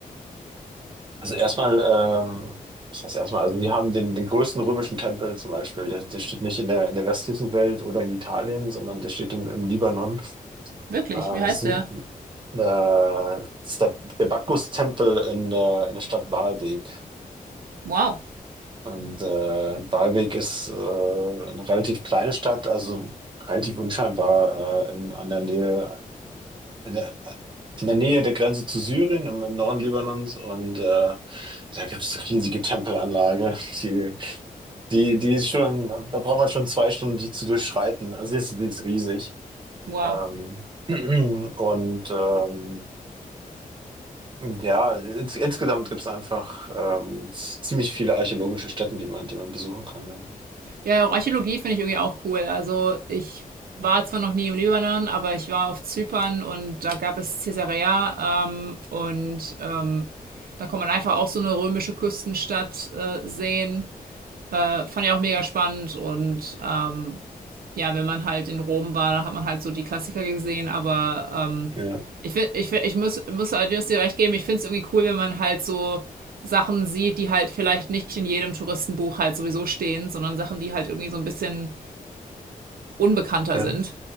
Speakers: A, on the right; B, on the right.
A: Also erstmal, ähm, ich weiß erstmal, also die haben den, den größten römischen Tempel zum Beispiel, der, der steht nicht in der, in der westlichen Welt oder in Italien, sondern der steht im, im Libanon.
B: Wirklich?
A: Ähm,
B: Wie heißt
A: es ist, ein,
B: der?
A: äh, das ist der, der Bacchus-Tempel in der, in der Stadt Baalbek.
B: Wow.
A: Und äh, Baalbek ist äh, eine relativ kleine Stadt, also relativ unscheinbar äh, in, an der Nähe, in der, in der Nähe der Grenze zu Syrien, im, im Norden Libanons. Und äh, da gibt es riesige Tempelanlage. Die, die, die ist schon, da braucht man schon zwei Stunden, die zu durchschreiten. Also die ist, die ist riesig.
B: Wow.
A: Ähm, <clears throat> und ähm, ja, ins, insgesamt gibt es einfach ähm, z- ziemlich viele archäologische Stätten, die man, die man besuchen kann. Ne?
B: Ja, auch Archäologie finde ich irgendwie auch cool. Also ich war zwar noch nie im Libanon, aber ich war auf Zypern und da gab es Caesarea ähm, und ähm, da kann man einfach auch so eine römische Küstenstadt äh, sehen. Fand ich auch mega spannend und äh, ja, wenn man halt in Rom war, da hat man halt so die Klassiker gesehen, aber ähm,
A: Ja,
B: ich, find, ich, find, ich muss, muss allerdings dir recht geben, ich finde es irgendwie cool, wenn man halt so Sachen sieht, die halt vielleicht nicht in jedem Touristenbuch halt sowieso stehen, sondern Sachen, die halt irgendwie so ein bisschen unbekannter
A: ja,
B: sind.